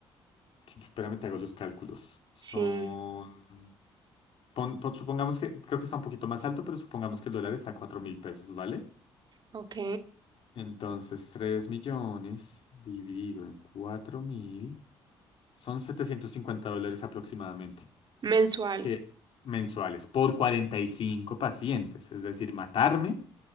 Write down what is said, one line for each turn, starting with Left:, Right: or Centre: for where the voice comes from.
Left: Espérame, te hago los cálculos. Son...
Right: sí,
Left: pon- pon- supongamos que, creo que está un poquito más alto, pero supongamos que el dólar está a 4 mil pesos, ¿vale?
Right: ok.
Left: Entonces, 3 millones dividido en 4 mil son 750 dólares aproximadamente,
Right: Mensual.
Left: que mensuales por 45 pacientes. Es decir, matarme